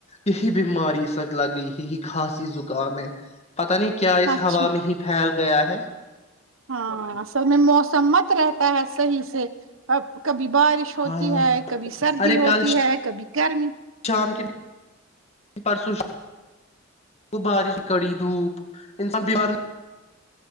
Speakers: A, on the left; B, on the right.
A: یہی بیماری سک لگ گئی ہے ہی خھاسی زکام ہے پتا نہیں کیا اس
B: اچھا
A: ہوا میں ہی پھیل گیا ہے
B: ہاں اصل میں موسم مست رہتا ہے صحیح سے ا ب کبھی بھی بارش ہوتی
A: ہاں
B: ہے کبھی سردی
A: ارے
B: ہوتی
A: کل
B: ہے کبھی گرمی
A: شام کے پرسوں سے وہ بارش کڑی دھوپ انسان بیمار